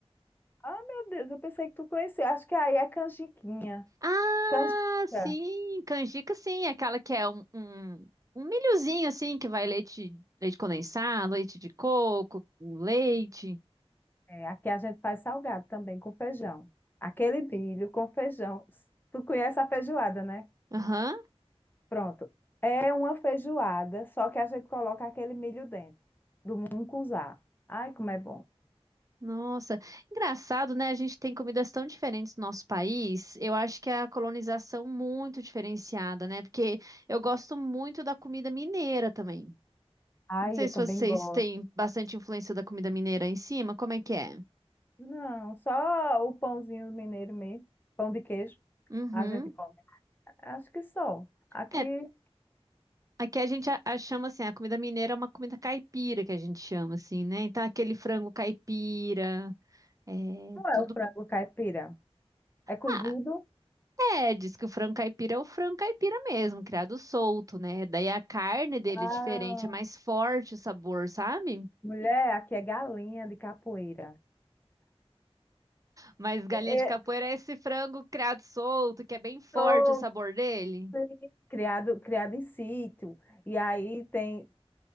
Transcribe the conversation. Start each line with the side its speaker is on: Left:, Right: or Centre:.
Left: Ah, meu Deus, eu pensei que tu conhecia. Acho que aí é canjiquinha.
Right: Ah,
Left: Canjica.
Right: sim, canjica, sim, aquela que é um, um, um milhozinho, assim, que vai leite, leite condensado, leite de coco, com leite.
Left: É, aqui a gente faz salgado também com feijão. Aquele milho com feijão. Tu conhece a feijoada, né?
Right: Aham,
Left: Pronto. É uma feijoada, só que a gente coloca aquele milho dentro, do mungunzá. Ai, como é bom.
Right: Nossa, engraçado, né? A gente tem comidas tão diferentes no nosso país. Eu acho que é a colonização muito diferenciada, né? Porque eu gosto muito da comida mineira também.
Left: Ai,
Right: Não sei
Left: eu
Right: se
Left: também
Right: vocês
Left: gosto.
Right: têm bastante influência da comida mineira aí em cima, como é que é?
Left: Não, só o pãozinho mineiro mesmo, pão de queijo,
Right: Uhum.
Left: a gente come. Acho que só. Aqui
Right: É, aqui a gente a, a chama assim, a comida mineira é uma comida caipira que a gente chama assim, né? Então aquele frango caipira, é
Left: não é
Right: tudo.
Left: o frango caipira. É cozido.
Right: Ah, É, diz que o frango caipira é o frango caipira mesmo, criado solto, né? Daí a carne dele
Left: Ah,
Right: é diferente, é mais forte o sabor, sabe?
Left: mulher, aqui é galinha de capoeira.
Right: Mas galinha
Left: É,
Right: de capoeira é esse frango criado solto, que é bem forte
Left: Sou,
Right: o sabor dele.
Left: sim, criado, criado em sítio. E aí tem,